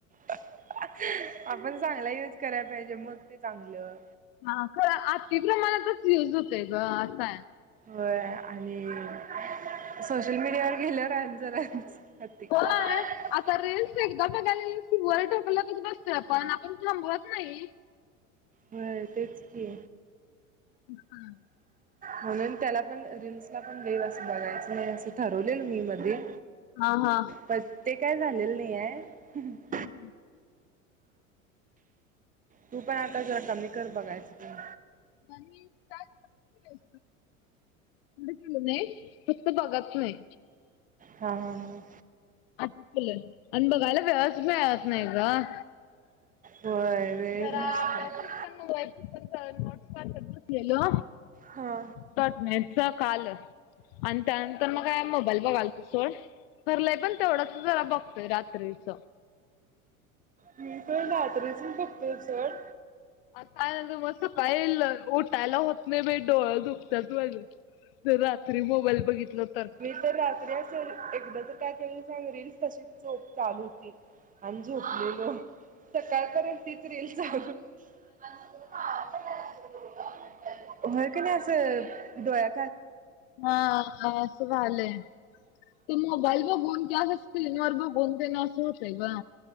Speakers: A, on the right; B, on the left.
A: आपण चांगला यूज करायला पाहिजे मग ते चांगलं.
B: हा खरं आती प्रमाणातच युज होतय ग असाय.
A: होय आणि सोशल मीडियावर गेल्यावर आणि जराच. ह.
B: होय
A: <inaudible>
B: आता रील्स एकदा बघायले कि वर ढकलतच बसतोय आपण आपण थांबवत नाही.
A: व्हय तेच की
B: हा. <inaudible>
A: म्हणून त्याला पण रिल्सला पण देव अस बघायचं नाही असं ठरवलं. मी मध्ये
B: हा हा.
A: पण ते काय झालेलं नाही आहे.
B: हम्म.
A: तू पण आता जरा कमी कर बघायचं ते.
B: म केलं अस केलं नाही. <inaudible> तर बघत नाही.
A: हा हा ह.
B: अन बघयला वेळ ची मीळत नाय गं.
A: होय. वेळ
B: जरा
A: नसतो
B: अभ्यासच तर म वाईप पण नोट्स पण कर गेलो.
A: हा.
B: टाॅटेलच काल आणि त्यानंतर मग काय मोबाईल बघाल त सोड. भरलंय पण तेवढंच जला बघतोय रात्रीच.
A: मी पण रात्रीचून बघतो सोड.
B: आता काय ना मग सकाळी उठायला होत नाही. डोळ दुखतात म्हणून. जर रात्री मोबाईल बघितल तर
A: मी तर रात्री असेल, एकदा तर काय तेना सांग रीलस तशीच च चालू होती. आणि झोपलेलो. सकाळ पर्यंत तीच रील चालू. <unintelligible> व्हयं कि नाही असं, दोया
B: हा. हा असं झालेय. त मोबाईल बघून, ते असं स्क्रीन वर बघून ते ना असं होतंय ग.